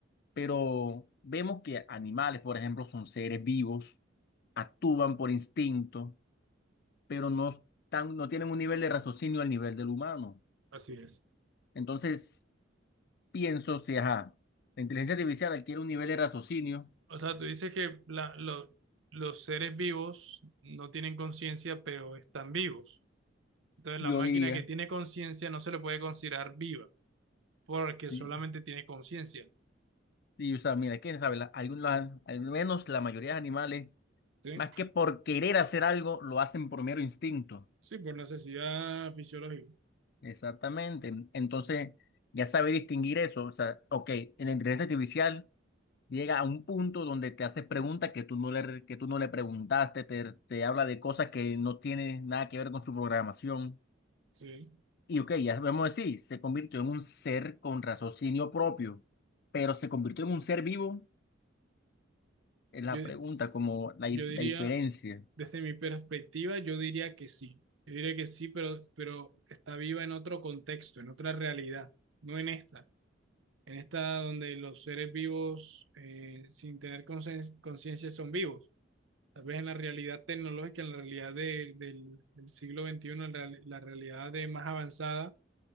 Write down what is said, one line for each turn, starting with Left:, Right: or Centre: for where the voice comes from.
Left: pero vemos que animales, por ejemplo, son seres vivos, actúan por instinto pero no, tan, no tienen un nivel de raciocinio al nivel del humano.
Right: así es.
Left: Entonces, pienso, si ajá, la inteligencia artificial adquiere un nivel de raciocinio,
Right: O sea, tú dices que la- lo- los seres vivos no tienen conciencia, pero están vivos. Entonces,
Left: yo
Right: la máquina
Left: diría,
Right: que tiene conciencia no se le puede considerar viva, porque
Left: y,
Right: solamente tiene conciencia.
Left: y, o sea, mira, quién sabe, la- algunos- al menos la mayoría de animales,
Right: Sí.
Left: más que por querer hacer algo, lo hacen por mero instinto.
Right: Sí, por necesidad fisiológica.
Left: Exactamente. Entonces, ya sabe distinguir eso. O sea, ok, en la inteligencia artificial. llega a un punto donde te hace preguntas que tú no le, que tú no le preguntaste, te, te habla de cosas que no tienen nada que ver con su programación.
Right: Sí.
Left: Y ok, ya sabemos decir, se convirtió en un ser con raciocinio propio, pero se convirtió en un ser vivo, es la
Right: Yo,
Left: pregunta, como la, dif-
Right: yo diría,
Left: la diferencia.
Right: Desde mi perspectiva, yo diría que sí. Yo diría que sí, pero, pero está viva en otro contexto, en otra realidad, no en esta. En esta donde los seres vivos, eh, sin tener conscien- conciencia, son vivos. Tal vez en la realidad tecnológica, en la realidad de- del, del siglo XXI, en real- la realidad de más avanzada,